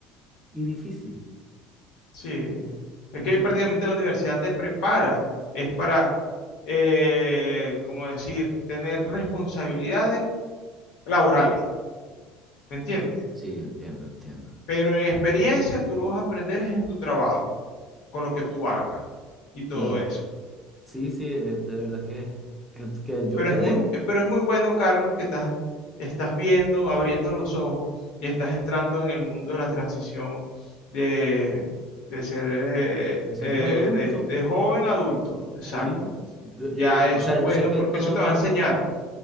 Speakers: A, in the centre; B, on the left.
A: y difícil.
B: Sí, es
A: Entonces,
B: que prácticamente la universidad te prepara, es para, eh, como decir, tener responsabilidades laborales, ¿me entiendes?
A: Oh, sí, entiendo, entiendo.
B: Pero en experiencia tú lo vas a aprender es en tu trabajo, con lo que tú hagas y todo
A: Claro,
B: eso.
A: sí, sí, es- de verdad que, es que yo
B: Pero
A: quedé
B: es muy, eh, pero es muy bueno, Carlos, que estás, estás viendo, abriendo los ojos y estás entrando en el mundo de la transición de, de ser eh,
A: de ser
B: eh,
A: un adulto
B: de de joven a adulto, exacto.
A: Sí, yo,
B: ya
A: yo-
B: eso
A: o sea,
B: es bueno
A: yo sé que
B: porque
A: todos
B: eso te
A: pasan,
B: va a enseñar,